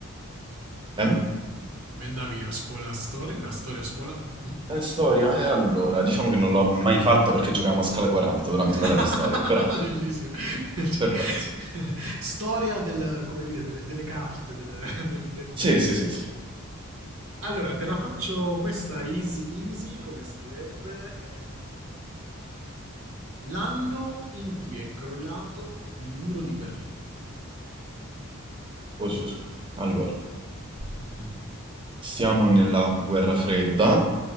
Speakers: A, on the right (about 25°); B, on the right (about 80°).
A: Ehm?
B: Come andavi a scuola a storia, a storia a scuola?
A: Eh, storia, e allora, diciamo che non l'ho mai fatta perché giocavamo a scala 40 durante l'ora
B: <laughs>
A: di storia, però,
B: Bellissimo. Cioè,
A: perfetto.
B: <laughs> storia del, come dire, delle, delle carte del, del- del
A: Sì,
B: playing.
A: sì, sì, sì.
B: Allora, te la faccio questa easy busy, come si direbbe. ehm, L'anno in cui è crollato il muro di Berlino.
A: Oh Gesù. Allora,
B: Mm-mm.
A: siamo nella guerra fredda,